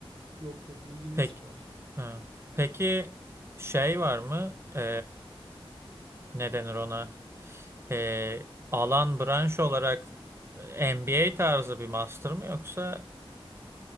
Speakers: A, on the right; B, on the right.
A: Yok yok İngilizce
B: Pek,
A: var.
B: e, peki şey var mı? E, ne denir ona? E, alan branş olarak e, MBA tarzı bir master mı yoksa